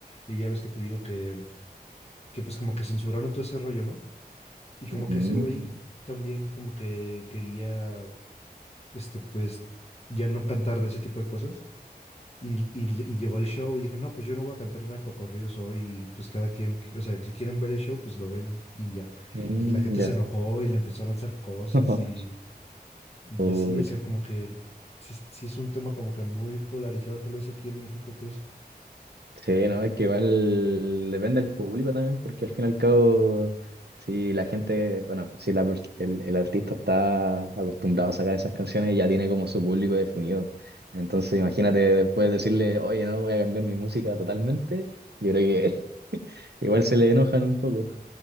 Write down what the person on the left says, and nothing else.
y ya ves que te digo que, que pues como que censuraron todo ese rollo, ¿no? Y como
que ese güey también como que quería, este, pues ya no cantar de ese tipo de cosas y, y, le- y llegó al show y dijo, no, pues yo no voy a cantar narcocorridos hoy, pues cada quien, o sea, si quieren ver el show, pues lo ven y ya.
Y la gente
se enojó y le empezó a lanzar cosas
y, y
así, o sea, como que... Sí, sí es un tema como que muy polarizado tal vez aquí en México, pues.